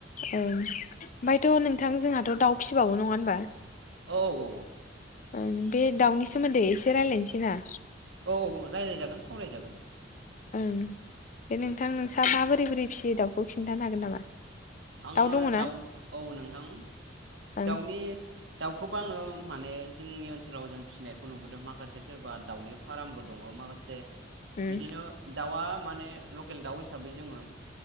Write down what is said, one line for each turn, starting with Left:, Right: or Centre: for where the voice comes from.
Left: औ ओमफायथ' नों नोंथां जोंहाथ दाउ फिबावो नङा होनबा
Right: औ औ
Left: ओं बे दाउनि सोमोन्दै एसे रायजल्लायनोसै ना
Right: औ औ रायज्लायजागोन सावरायजागोन
Left: ओं बे नोंथां नोंस्रा माबोरै बोरै फिसियो दाउखौ खिन्थानो हागोन नामा
Right: आङो
Left: दङ ना
Right: दाउ औ नोंथां
Left: ओं
Right: दाउनि दाउखौबो आङो माने जोंनि ओनसोलाव जों फिसिनायखौ नुबोदों माखासे सोरबा दाउनि फार्मबो दङ माखासे
Left: उम
Right: बिदिनो दाउआ माने लकेल दाउ हिसाबै जोङो